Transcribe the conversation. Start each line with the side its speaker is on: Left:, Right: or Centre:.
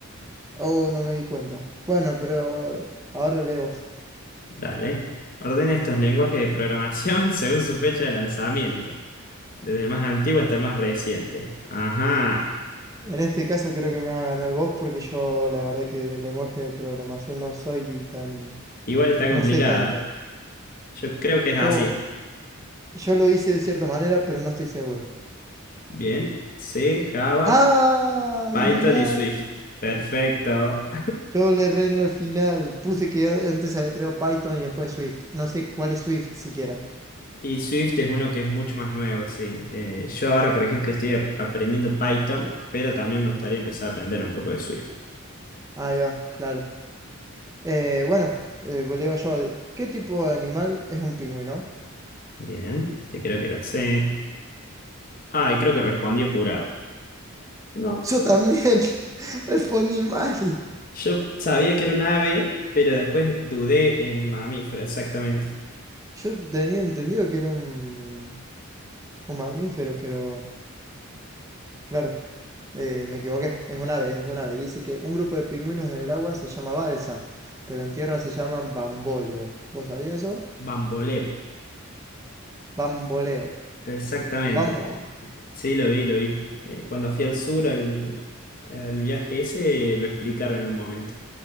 Right: Oh, no me di cuenta. Bueno, pero ahora lee vos.
Left: Dale. Ordena estos lenguajes de programación <laughs> según su fecha de lanzamiento, desde el más antiguo hasta el más reciente. Ajá.
Right: En este caso creo que me va a ganar vos porque yo la verdad que de lenguaje de programación no soy tan,
Left: Igual está complicada.
Right: no sé tanto.
Left: Yo creo que es
Right: Yo,
Left: así.
Right: yo lo hice de cierta manera, pero no estoy seguro.
Left: Bien. C, Java,
Right: ¡Ay,
Left: Python
Right: mirá!
Left: y Swift. Perfecto.
Right: Yo le erré en el final. Puse
Left: <laughs>
Right: que antes había creado Python y después Swift. No sé cuál es Swift siquiera.
Left: Y Swift es uno que es mucho más nuevo, sí. Eh, yo ahora, por ejemplo, estoy ap- aprendiendo Python, pero también me gustaría empezar a aprender un poco de Swift.
Right: Ahí va, claro. Eh, bueno, eh, pues le digo yo, ¿qué tipo de animal es un pingüino?
Left: Bien, este creo que la sé. Ah, y creo que respondí apurado. No,
Right: Yo también <laughs> respondí mal.
Left: yo sabía que era un ave, pero después dudé en mamífero, exactamente.
Right: Yo tenía entendido que era un, un mamífero, pero claro, eh, me equivoqué. Es un ave, es un ave. Dice que un grupo de pingüinos en el agua se llama balsa, pero en tierra se llaman bamboleo. ¿Vos sabías eso?
Left: Bamboleo,
Right: Bamboleo.
Left: exactamente.
Right: Vamos.
Left: Sí, Sí, lo vi, lo vi. Eh, cuando fui al sur, al, al viaje ese, lo explicaron en un momento.